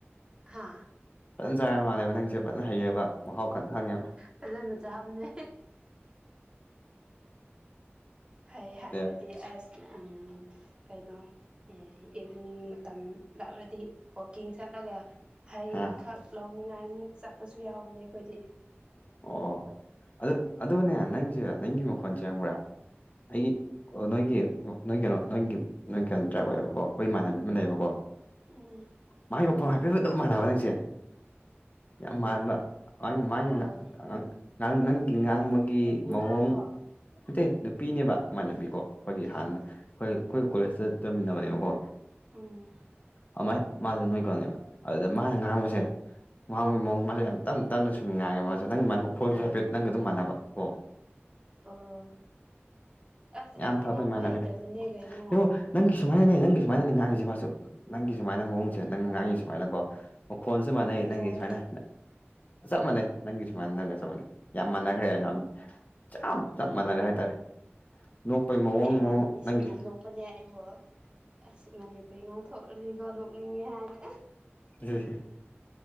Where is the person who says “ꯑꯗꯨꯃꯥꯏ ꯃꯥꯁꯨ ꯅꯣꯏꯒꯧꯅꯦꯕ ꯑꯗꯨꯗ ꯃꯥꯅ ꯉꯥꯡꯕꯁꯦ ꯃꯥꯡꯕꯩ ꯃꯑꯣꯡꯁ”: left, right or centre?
Left